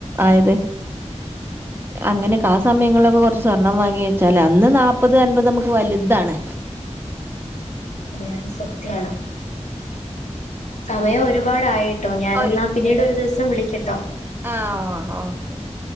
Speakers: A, on the right; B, on the left.
A: ആയത്
B: <inaudible>
A: അങ്ങനെയൊക്കെ ആ സമയങ്ങളിലൊക്കെ കുറച്ച് സ്വർണ്ണം വാങ്ങി വെച്ചാല് അന്ന് നാല്പത് അൻപത് നമുക്ക് വലുതാണ്
B: അതെ സത്യാണ് സമയം ഒരുപാട് ആയിട്ടോ ഞാൻ
A: ഒരു
B: എന്നാ പിന്നീട് ഒരു ദിവസം വിളിക്കട്ടോ
A: ആഹ് ഓ ഓക്കെ ഓക്കേ